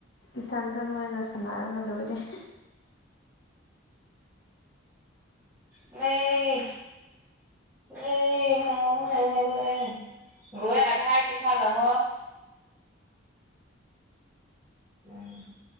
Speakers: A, on the left (about 60°); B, on the right (about 15°).
A: ꯏꯊꯟꯇ ꯃꯣꯏꯒ ꯁꯥꯟꯅꯔꯒ ꯂꯣꯏꯔꯦ <unintelligible>
B: ꯑꯩ ꯑꯦ <unintelligible> ꯒꯨꯏ ꯑꯥꯗꯔ <unintelligible> ꯂꯥꯍꯣ ꯎꯝ